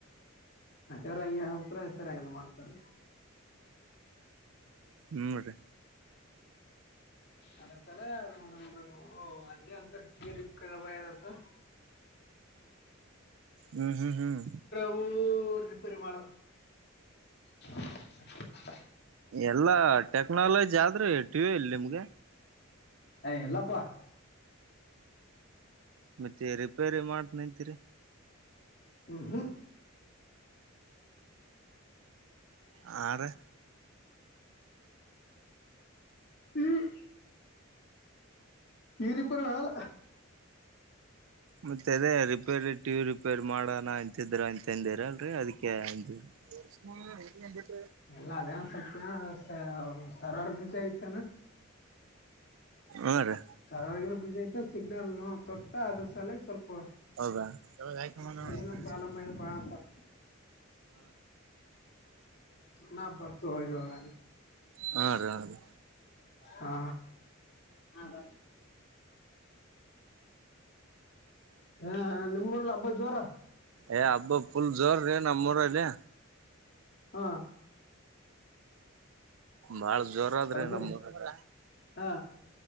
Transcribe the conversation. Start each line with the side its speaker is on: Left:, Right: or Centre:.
Left: ಮತ್ತವ್ರ ಹಂಗಗೆ ಹೋಗಕ್ರ ಇ ಹಂಗಲ್ಲ ಮಾಡ್ತಾರ
Right: ಹ್ಮ್ೀ
Left: ಅದ್ ಒಂದ್ ಸಲ ಏನು ಮಾಡಲ್ರಿ ನೀವು ಹಂಗೆ ಅಂತರ ಗಿರೀಕ್ಕರ ಬಯಲಯ್ತು
Right: ಹ್ಮ್ ಹ್ಮ್ ಹ್ಮ್
Left: ವು ರಿಪೇರಿ ಮಾಡದು ಅನಿಂಟೆಲಿಜಬಲ್
Right: ಎಲ್ಲ ಟೆಕ್ನಾಲಜಿ ಆದ್ರೀ ಟಿವಿ ಇಲ್ಲ ನಿಮ್ಗೆ
Left: ಏ ಎಲ್ಲಪ್ಪಾ
Right: ಮತ್ತೆ ರಿಪೇರಿ ಮಾಡ್ತ ನಿಂತೀರಿ
Left: ಹುಹೂ
Right: ಹಾ ರೆ
Left: ಹ್ಮ್ ಈರಿಪೆರಿಯಗಲ್ಲ
Right: ಮತ್ತ ಅದೇ ರಿಪೇರಿ ಟಿವಿ ರಿಪೇರಿ ಮಾಡೋಣ ಅಂತಿದ್ರ ಅಂತಂದರಲ್ರಿ ಅದಕ್ಕೆ ಅಂದಿ ಸ್ಮಾಲ್ ಏತ್ಕಂಡಿ
Left: ಎಲ್ಲ ಅದೇನೊ ಸಲ್ಪ್ ದಿನ ಸ ಸರ್ವ ರೂಪಿಚೆ ಐತೇನಾ
Right: ಹ ರೀ
Left: ಸರ್ವರ್ ಗಿರ್ವರ್ ಬಿಜಿ ಐತ ಸಿಗ್ನಲ್ ನೊ ತೋರಿಸ್ತ್ತ ಅದ್ರ ಸಲಿ ಸ್ವಲ್ಪ
Right: ರ ಯಾವ ಹೋಗಿ ಆಕಂಡ್ ಬಂದವೆ ನೋಡ್
Left: ಏನೋ ಪ್ರಾಬ್ಲಮ್ ಆಗಿದೆ ಬಾ ಅಂತ ನಾ ಭರ್ತು ವೊ ಇವಾಗ
Right: ಹಾ ರ ಹಾ ರೀ
Left: ಹಾ ಹ ಬ ಹಾ ನಿಮ್ಮೂರ್ ಹಬ್ಬ ಜೋರ
Right: ಏ ಹಬ್ಬ ಪುಲ್ ಜೋರ ರೀ ನಮ್ಮರ ಇಯಾ
Left: ಹಾ
Right: ಬಾಳ ಜೋರ ಅದ
Left: ಹೌದು
Right: ರಿ ನಮೂರಾಗ
Left: ಹಾ